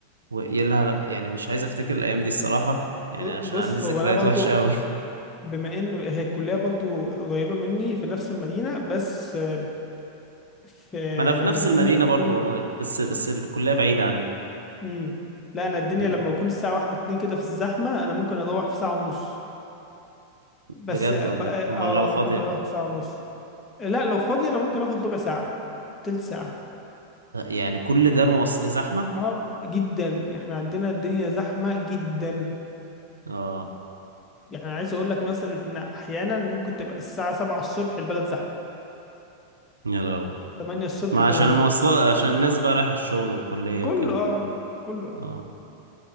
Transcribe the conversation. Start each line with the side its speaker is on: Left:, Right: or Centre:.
Right: و... يا لا لا، يعني مش عايز افتكر الايام دي الصراحة يعني
Left: ب-
Right: عشان
Left: بص
Right: عندي ذكريات
Left: هو انا برضو
Right: وحشة قوي <laughs>
Left: بما ان هي الكليه برضو قريبه مني في نفس المدينه بس آه، في
Right: ما انا في
Left: لما
Right: نفس
Left: الدنيا
Right: المدينة
Left: بتكون
Right: برضو والله بس بس الكلية بعيدة عني
Left: مم. لا انا الدنيا
Right: م.
Left: لما بكون الساعه واحدة اتنين كده في الزحمه انا ممكن اروح في ساعه ونص بس
Right: بجد
Left: اه
Right: والله
Left: ب- آه،
Right: امال لو فاضية
Left: ممكن اروح في ساعه ونص لا لو فاضي انا ممكن اخد ربع ساعه تلت ساعه
Right: لا، يعني كل ده موص... زحمة
Left: اه جدا احنا عندنا الدنيا زحمه جدا
Right: اه
Left: يعني عايز اقول لك مثلا احنا احيانا ممكن تبقى الساعه 7 الصبح البلد زحمه
Right: يا لهوي
Left: 8 الصبح
Right: ما
Left: البلد
Right: عشان المواصلات
Left: زحمة
Right: عشان الناس بقى رايحة الشغل والكلية
Left: كله
Right: وكده
Left: اه كله اه
Right: اه